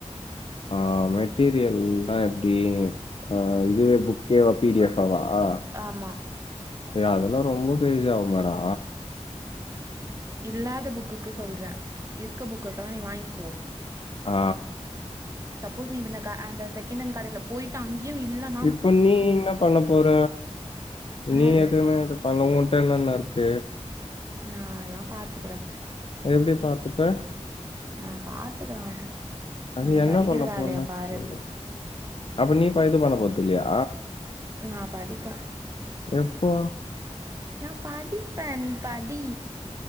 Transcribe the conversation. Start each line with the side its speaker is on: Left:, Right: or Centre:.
Left: ஆ மெட்டீரியல்னா எப்டி ஆ இதுவே புக்கேவா பி டி எஃபாவா ஆ
Right: ஆமா
Left: எ அதெல்லா ரொம்ப பேஜ் ஆகுமேடா
Right: இல்லாத புக்குக்கு சொல்றே இருக்க புக்குக்குல்லா நீ வாய்ங்கோ
Left: ஆ
Right: சப்போஸ் நீ இப்ப இந்த க அந்த செகண்டெட் கடைல போயிட்டு அங்கியு இல்லன்
Left: இப்ப நீ இன்னா பண்ண போற
Right: என்னது
Left: நீ எதுவுமே இது அதுல ஊன்ட்ட என்னென்ன இருக்கு
Right: நா எல்லா பாத்துக்குறே
Left: அது எப்டி பாத்துப்பே
Right: நா பாத்துக்குற ஆவ்டு
Left: அது
Right: நீ
Left: என்ன
Right: படிக்கிற
Left: பண்ண
Right: வேலைய
Left: போறேன்னு
Right: பாரு
Left: சொல்லு அப்ப நீ படிக்க போன போறதில்லயா
Right: நா படிப்ப
Left: எப்போ
Right: நா படிப்பே நீ படி